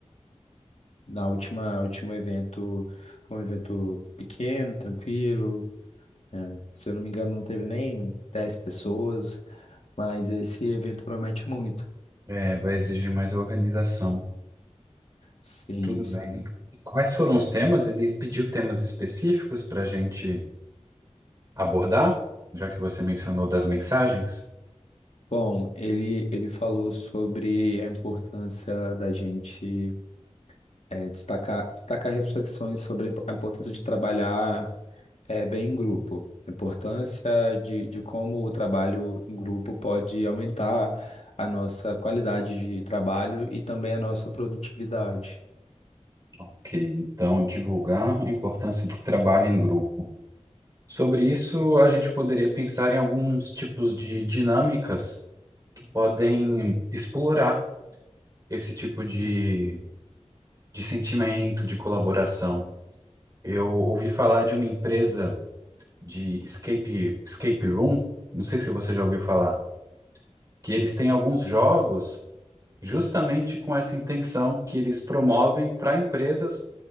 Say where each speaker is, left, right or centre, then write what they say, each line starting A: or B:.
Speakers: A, on the left (about 65°); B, on the right (about 30°).
A: na última, último evento, foi um evento pequeno, tranquilo, né? Se eu não me engano, não teve nem 10 pessoas, mas esse evento promete muito.
B: É, vai exigir mais organização.
A: Sim,
B: Tudo bem.
A: sim.
B: Quais foram os temas? Ele pediu temas específicos para a gente abordar, já que você mencionou das mensagens.
A: Bom, ele, ele falou sobre a importância da gente eh, destacar, destacar reflexões sobre a impo- a importância de trabalhar eh, bem em grupo, a importância de, de como o trabalho em grupo pode aumentar a nossa qualidade de trabalho e também a nossa produtividade.
B: Ok, então divulgar a importância do trabalho em grupo. Sobre isso, a gente poderia pensar em alguns tipos de dinâmicas que podem explorar esse tipo de, de sentimento de colaboração. Eu ouvi falar de uma empresa de escape, escape room, não sei se você já ouviu falar, que eles têm alguns jogos justamente com essa intenção que eles promovem para empresas